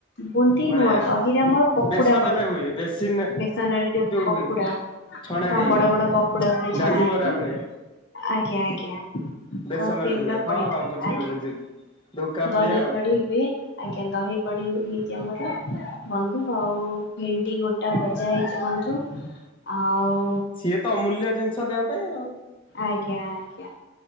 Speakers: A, on the left; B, on the left.
A: ବୁନ୍ଦି
B: ଭଳିଆ।
A: ନୁହଁ ଦହିରେ ଆମର ପକୁଡା
B: ବେସନରେ
A: ପଡିଥାଏ।
B: ହୁଏ ବେସି
A: ବେସନରେ ଯୋଉ ପକୁଡା
B: ହୁଏ
A: ହଁ,
B: ଛଣା ହେଇକି।
A: ବଡ ବଡ ପକୁଡା ହୁଏ
B: ଡାଲି
A: ଛଣା ହେଇକି।
B: ବରା ଭଳିଆ
A: ଆଜ୍ଞା, ଆଜ୍ଞା।
B: ବେସନରେ
A: ତ ସେଇଗୁଡା
B: ହୁଏ ହଁ
A: ପଡିଥାଏ।
B: ହଁ ବୁଝିଲୁ
A: ଆଜ୍ଞା,
B: ବୁଝିଲୁ ଧୋକା ଭଳିଆ
A: ଦହି
B: ଆଉ।
A: କଡି ହୁଏ। ଆଜ୍ଞା, ଦହି କଡ଼ି ହେଇଛି ଆମର ବନ୍ଧୁ। ଆଉ ଭେଣ୍ଡି ଗୋଟା ଭଜା ହେଇଛି ବନ୍ଧୁ ଆଉ
B: ସିଏ ତ ଅମୂଲ୍ୟ ଜିନିଷ ଦେହ ପାଇଁ ଆଉ
A: ଆଜ୍ଞା ଆଜ୍ଞା